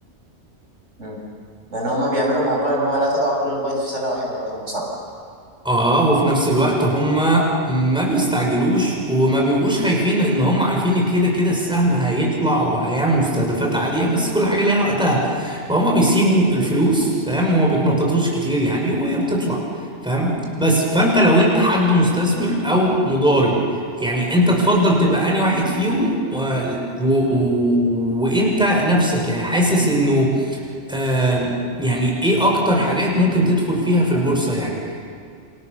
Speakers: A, on the right (about 85°); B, in the centre.
A: مم. لان هما بيعملوا موضوع ان هو لا تضع كل البيض في سله واحده اظن صح
B: اه وفي نفس الوقت هم ما بيستعجلوش وما بيبقوش خايفين ان هم عارفين إن كده كده السهم هيطلع وهيعمل مستهدفات عالية بس كل حاجة ليها وقتها فهم بيسيبوا الفلوس
A: مم.
B: فاهم وما بيتنططوش كتير يعني وهي بتطلع فاهم بس فانت لو انت حد مستثمر او مضارب يعني انت تفضل تبقى انهي واحد فيهم و... و... و... وانت نفسك يعني حاسس انه آه يعني ايه اكتر حاجات ممكن تدخل فيها في البورصة يعني